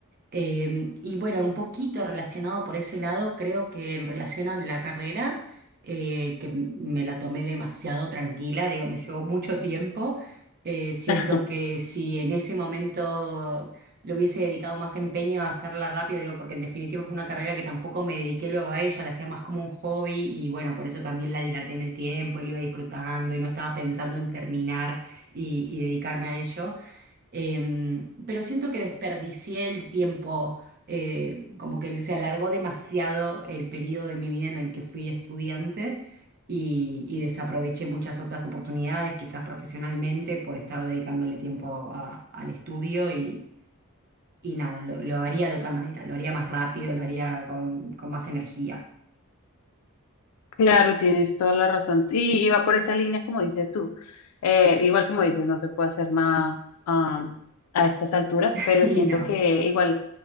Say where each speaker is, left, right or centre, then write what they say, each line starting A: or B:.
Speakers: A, on the right (about 45°); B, on the left (about 75°).
A: Eh, y bueno, un poquito relacionado por ese lado, creo que en relación a la carrera, eh, que m- me la tomé demasiado tranquila, digo, me llevó mucho tiempo. Eh, siento
B: <laughs>
A: que si en ese momento le hubiese dedicado más empeño a hacerla rápido, digo, porque en definitiva fue una carrera que tampoco me dediqué luego a ella, la hacía más como un hobby y bueno, por eso también la dilaté en el tiempo, la iba disfrutando y no estaba pensando en terminar y y dedicarme a ello. Em, pero siento que desperdicié el tiempo, eh, como que se alargó demasiado el periodo de mi vida en el que fui estudiante y, y desaproveché muchas otras oportunidades, quizás profesionalmente, por estar dedicándole tiempo a- al estudio y, y nada, lo, lo haría de otra manera, lo haría más rápido, lo haría con, con más energía.
B: Claro, tienes toda la razón. Y, y va por esa línea, como dices tú. Eh, igual como dices, no se puede hacer nada am, a estas alturas,
A: <laughs>
B: pero
A: Y
B: siento
A: no,
B: que igual